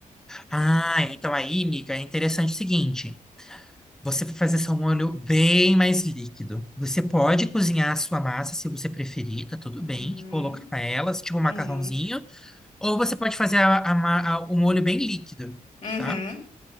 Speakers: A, in the centre; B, on the left.
A: Ah, então aí, amiga, é interessante o seguinte. Você vai fazer só um molho bem mais líquido. Você pode cozinhar a sua massa se você preferir, tá tudo
B: Uhum,
A: bem, e colocar ela, tipo um
B: uhum,
A: macarrãozinho, ou você pode fazer a- a ma- a- o molho bem líquido,
B: uhum.
A: tá?